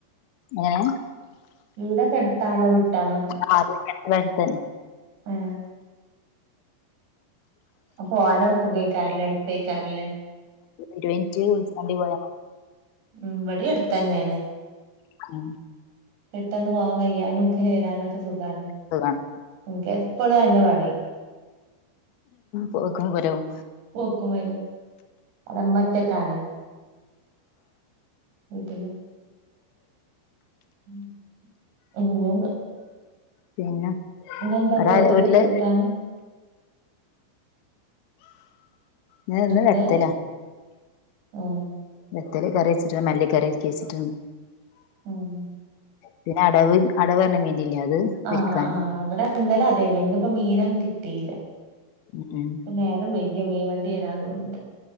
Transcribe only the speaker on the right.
വ്ടെക്കെടുത്താണോ വിട്ടാണോ
ആഹ് അപോവാനോ സുഖയ്ക്കാര്ല്ലേ എളുപ്പ യ്ക്കാര്ല്ലേ
ഉം വെടിട്ത്തന്നെണ്
പെട്ടെന്ന് പോവാകയ്യാനുക്കെ വരാനൊക്കെ സുഖാണ്
ൻക്കെപ്പളു അയ്ന്നെ പണി
പോക്കും വരവും അവ്ടെമ്മറ്റക്കാണ് വീട്ടിൽ <unintelligible>
ഇന്നെന്താ
ചോറ്റ്ക്ക്
കൂട്ടാന്
എന്ത്
ഉം
ഉം
ആഹ് ആഹ് വ്ടെ ഇന്നലെ അതെന്ന് ഇന്ന്പ്പോ മീനന്നും കിട്ടീല്ല
പ്പനേരം വൈക്യ മീൻ വണ്ട്യേരാ തോന്ന്ണ്ട്